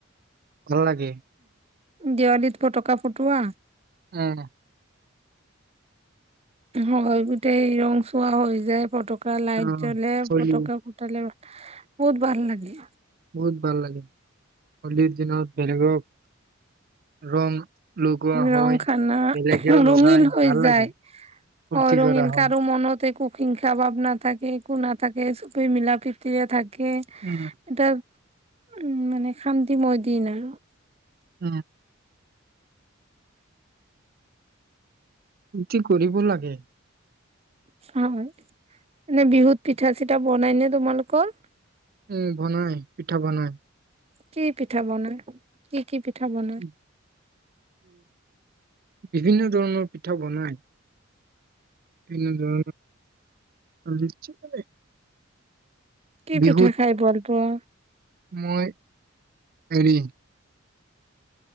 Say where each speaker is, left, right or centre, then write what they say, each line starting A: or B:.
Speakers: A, on the right; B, on the right.
A: ভাল লাগে
B: দেৱালীত ফটকা ফুটোৱা
A: উম
B: হয় গোটেই ৰং চোৱা হৈ যায় পট কা লাইট
A: অ
B: জ্বলে
A: হোলী
B: ফতকা ফুটালে বহুত ভাল লাগে
A: বহুত ভাল লাগে হোলীৰ দিনত বেলেগক ৰং লগোৱা হয়,
B: ৰং খানা
A: বেলেগেও
B: ৰঙিন
A: লগাই
B: হৈ
A: ভাল লাগে
B: যায়
A: ফূৰ্তি
B: অ ৰঙিল
A: কৰা হয়।
B: কাৰো মনত একো হিংসা ভাৱ না থাকে একো না থাকে চবেই মিলা প্ৰীতিৰে থাকে কে
A: উম,
B: এটা উম মানে শান্তি ময়দিন আৰু
A: অ কি কৰিব লাগে?
B: অ', এনে বিহুত পিঠা চিঠা বনাই নে তোমালোকৰ?
A: উম, বনাই পিঠা বনায়।
B: কি পিঠা বনাই? কি কি কি পিঠা বনাই?
A: কিন্তু বিভিন্ন ধৰণৰ পিঠা বনায়। এনে ধৰণৰ <unintelligible>
B: কি
A: বিহুত
B: পিঠা খাই ভাল পোৱা?
A: মই হেৰি